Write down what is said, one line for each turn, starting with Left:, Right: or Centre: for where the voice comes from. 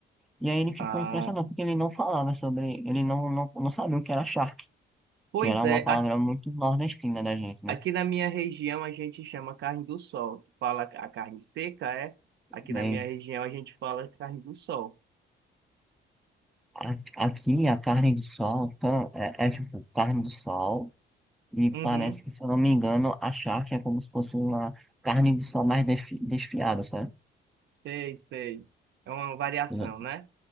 Centre: E aí ele ficou
Right: Ah,
Centre: impressionado porque ele não falava sobre, ele não, não, não sabia o que era charque,
Right: pois
Centre: que era uma
Right: é,
Centre: palavra
Right: a-
Centre: muito nordestina da gente, né?
Right: aqui na minha região a gente chama carne do sol. Tu fala a carne seca, é? Aqui
Centre: Bem,
Right: na minha região a gente fala carne do sol.
Centre: a- aqui a carne de sol tam- é, é tipo carne de sol e
Right: Uhum.
Centre: parece que, se eu não me engano, a charque é como se fosse uma carne de sol mais defi- desfiada, sabe?
Right: Sei, sei. É uma variação,
Centre: Né?
Right: né?